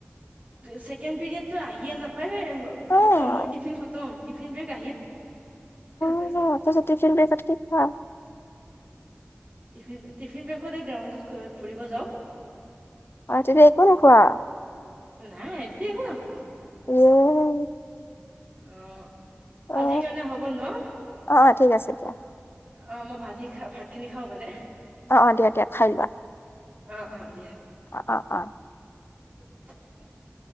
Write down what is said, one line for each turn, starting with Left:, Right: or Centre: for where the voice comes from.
Right: এ ছেকেণ্ড পিৰিয়ডটো আহিয়ে নাপায় এ, ব
Left: অ'।
Right: খতম, মোৰ টিফিন খতম। টিফিন ব্ৰেক আহিয়ে নাপায়
Left: অ', তেন্তে টিফিন ব্ৰেকত কি খোৱা?
Right: টিফিন, টিফিন ব্ৰেকত এই গ্ৰাউণ্ডটোত ঘূ এ, ফুৰিব যাওঁ।
Left: অ', তেতিয়া একো নোখোৱা?
Right: নাই, তেতিয়া একো নাখাওঁ।
Left: উম
Right: অ',
Left: অ
Right: আজি কাৰণে হ'ব ন!
Left: অ অ ঠিক আছে দিয়া
Right: অ', মই ভাত হি, খা ভাতখিনি খাওঁ মানে।
Left: অ', অ', দিয়া, দিয়া, খাই লোৱা।
Right: অ', অ', দিয়া।
Left: অ', অ', অ'।
Right: <unintelligible>